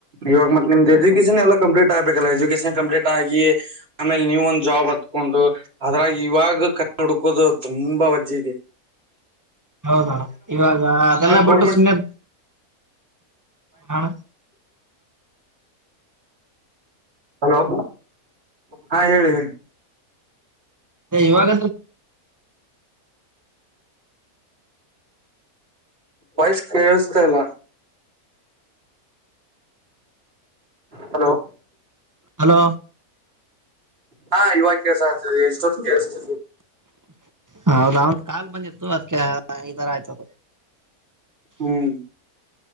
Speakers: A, on the right; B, on the right.
A: ಇವಾಗ ಮತ್ತತ್ ನಿಮ್ದ್ ಎಜುಕೇೇಶನ್ ಎಲ್ಲ ಕಂಪ್ಲೀಟ್ ಆಗ್ಬೇಕಲ್ಲ ಎಜುಕೇಷನ್ ಕಂಪ್ಲೀಟ್ ಆಗಿ ಆಮೇಲೆ ನೀವು ಒಂದ್ ಜಾಬ್ ಹ ಹಕೊಂಡು ಅದ್ರಾಗ ಇವಾಗ ಕೈ ಹುಡುಕೋದು ತುಂಬಾ ವಜ್ಜದೆ
B: ಹೌದಣ ಇವಾಗ ಅದೆಲ್ಲ ಬಿಟ್ಟು
A: ಗೋರ್ಮೆಂಟ್
B: ಸುಮ್ಮನೆದ ಹಣ
A: ಹಲೋ ಹಾ ಹೇಳಿ ಹೇಳಿ
B: ಇವಾಗ
A: ವಯಸ್ ಕೇಳಸ್ದಲ್ಲ ಹಲೋ
B: ಹಲೋ
A: ಹಾ ಇವಾಗ ಕೆಲ್ಸ ಆಗ್ತದೆ ಎಷ್ಟೊತ್ತು ಕೆಸತ
B: ಹ ಹೌದ ಅವ ಕಾಲ್ ಬಂದಿತ್ತು ಅದ್ಕ್ಕೆ ಈ ತರ ಆಯ್ತದು
A: ಹ್ಮ್